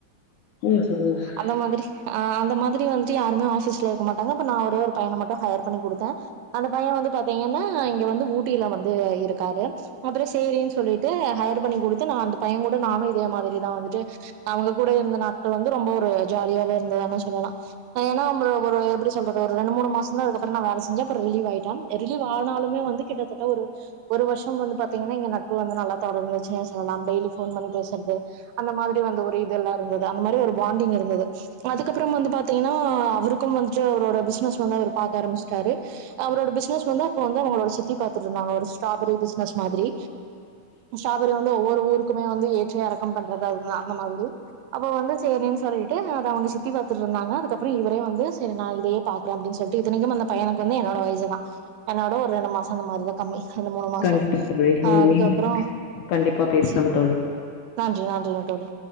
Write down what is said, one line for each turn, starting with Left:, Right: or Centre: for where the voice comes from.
Left: <unintelligible>
Right: அந்த மாதிரி அ அந்த மாதிரி வந்ட்டு யாருமே ஆஃபீஸ்ல இருக்க மாட்டாங்க அப்ப நா ஒரே ஒரு பையன மட்டு ஹையர் பண்ணி குடுத்தே அந்த பைய வந்து பாத்தீங்கன்னா இங்க வந்து ஊட்டியில வந்து இருக்காரு அப்ரோ சேரின் சொல்லி ட்டு ஹையர் பண்ணி குடுத்து நா அந்த பைய கூட நானு இதே மாரிதா வந்துட்டு அவுங்க கூட இருந்த நாட்கள் வந்து ரொம்ப ஒரு ஜாலியாவே இருந்ததானா சொல்லலா ஆ ஏனா ஒரு எப்டி சொல்றது ஒரு ரெண்டு மூணு மாசந்தா இதுக்குப்ரோ நா வேல செஞ்ச அப்ரோ ரிலீவ் ஆயிட்டே ரிலீவ் ஆனாலுமே வந்து கிட்டத்தட்ட ஒரு ஒரு வருஷம் வந்து பாத்தீங்கன்னா எங்க நட்பு வந்து நல்லா தொடர்ந்துச்சுனே சொல்லலாம் டெய்லி போன் பண்ணி பேசரது அந்த மாரி வந்த ஒரு இதெல்லா இருந்தது அந்த மாரி ஒரு பாண்டிங் இருந்தது அதுக்கப்புறம் வந்து பாத்தீங்கன்னா அவருக்கும் வந்துட்டு அவரோட பிசினஸ் வந்து அவரு பாக்க ஆரம்பிச்சுட்டாரு அவரோட பிசினஸ் வந்து அப்ப வந்து அவங்களோட சித்தி பாத்துட்டு இருந்தாங்க ஒரு ஸ்ட்ராபெரி பிசினஸ் மாரி ஸ்டாபரி வந்து ஒவ்வொரு ஊருக்குமே வந்து ஏற்ற இறக்கம் பண்றது அது அந்த மாரி அப்ப வந்து சேரின்னு சொல்லிட்டு அத அவங்க சித்தி பாத்துட்டு இருந்தாங்க அதுக்கப்ரோ இவரே வந்து சேரி நா இதையே பாத் அப்டின்னு சொல்லிட்டு இத்தனைக்கும் அந்த பையக்கு வந்து என்னோட வயசு தா என்னோட ஒரு ரெண்டு மாசொ அந்த மாரிதா கம்மி ரெண்டு மூணு மாசொ
Left: கண்டிப்பா தோழி.
Right: ஆ
Left: ம்.
Right: அதுக்கு
Left: நீங்களும்
Right: அப்புறம்
Left: கண்டிப்பா பேசலாம்
Right: சே
Left: தோழி.
Right: நன்றி நன்றிக தோழி